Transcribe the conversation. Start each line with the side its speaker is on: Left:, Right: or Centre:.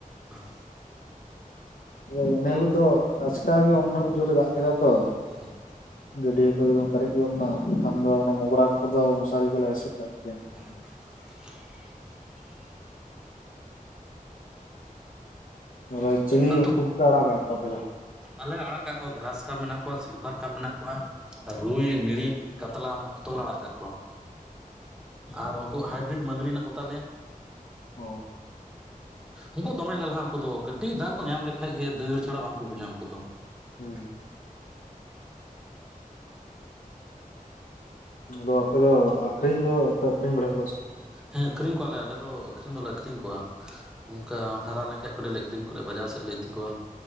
Centre: ᱦᱮᱸ,
Left: ᱟᱫᱚ ᱮᱱᱟᱹ ᱦᱤᱞᱳᱜ ᱫᱚ ᱟᱪᱠᱟ ᱜᱮ ᱩᱱᱟᱹᱜ ᱡᱳᱨᱮ ᱫᱟᱜ ᱠᱮᱫᱟ ᱛᱚ᱾
Centre: ᱦᱮᱸ,
Left: ᱜᱟᱹᱰᱭᱟᱹ ᱠᱚ ᱮᱠᱫᱚᱢ ᱯᱮᱨᱮᱡ ᱜᱚᱫ ᱮᱱᱟ ᱵᱟᱠᱷᱟᱱ ᱫᱚ ᱚᱱᱟ ᱢᱚᱜᱽᱨᱟ ᱠᱚᱫᱚ ᱢᱚᱥᱟᱨᱤ ᱛᱮᱞᱮ ᱮᱥᱮᱫ ᱠᱟᱜ ᱠᱮᱭᱟ᱾
Centre: <inaudible>
Left: ᱟᱨ ᱪᱤᱞᱤ
Centre: ᱟᱫᱚ
Left: ᱦᱟᱹᱠᱩ ᱠᱚᱯᱮ ᱟᱲᱟᱜ ᱠᱟᱜ ᱠᱚᱣᱟ ᱟᱯᱮ ᱫᱚ?
Centre: ᱟᱞᱮ ᱟᱲᱟᱜ ᱠᱟᱜ ᱠᱚᱣᱟ ᱜᱨᱟᱥᱠᱟ ᱢᱮᱱᱟᱜ ᱠᱚᱣᱟ ᱥᱤᱞᱵᱷᱟᱨᱠᱟ ᱢᱮᱱᱟᱜ ᱠᱚᱣᱟ᱾ ᱨᱩᱭ ᱢᱤᱲᱤᱡ ᱠᱟᱛᱞᱟ ᱢᱟᱱᱮ ᱡᱷᱚᱛᱚ ᱜᱮᱞᱮ ᱟᱲᱟᱜ ᱠᱟᱜ ᱠᱚᱣᱟ᱾ ᱟᱨ ᱩᱱᱠᱩ ᱦᱟᱭᱵᱨᱤᱴ ᱢᱟᱝᱜᱽᱨᱤ ᱦᱮᱱᱟᱜ ᱠᱚ ᱛᱟᱞᱮᱭᱟ᱾
Left: ᱚ
Centre: ᱩᱱᱠᱩ ᱫᱚᱢᱮ ᱞᱮᱞᱦᱟ ᱩᱱᱠᱩ ᱫᱚ ᱠᱟᱹᱴᱤᱡ ᱫᱟᱜ ᱠᱚ ᱧᱟᱢ ᱞᱮᱠᱷᱟᱡ ᱜᱮ ᱫᱟᱹᱲ ᱪᱷᱟᱲᱟ ᱵᱟᱝ ᱠᱚ ᱵᱩᱡᱟ ᱩᱱᱠᱩ ᱫᱚ᱾
Left: ᱦᱩᱸ, ᱟᱫᱚ ᱟᱯᱮ ᱫᱚ ᱟᱠᱷᱨᱤᱧ ᱫᱚ ᱯᱮ ᱟᱠᱷᱨᱤᱧ ᱵᱟᱲᱟᱭᱮᱫ ᱠᱚᱣᱟ ᱥᱮ ᱵᱟᱝ?
Centre: ᱦᱮᱸ ᱟᱹᱠᱷᱨᱤᱧ ᱠᱚᱣᱟᱞᱮ ᱟᱞᱮ ᱫᱚ ᱟᱹᱠᱷᱨᱤᱧ ᱫᱚᱞᱮ ᱟᱠᱷᱨᱤᱧ ᱠᱚᱣᱟ᱾ ᱚᱱᱠᱟ ᱦᱟᱨᱟ ᱞᱮᱱ ᱠᱷᱟᱡ ᱠᱚ ᱠᱟᱹᱴᱤᱡ ᱞᱮ ᱟᱹᱠᱷᱨᱤᱧ ᱠᱚᱣᱟ ᱵᱟᱡᱟᱨ ᱥᱮᱫ ᱞᱮ ᱤᱫᱤ ᱠᱚᱣᱟ᱾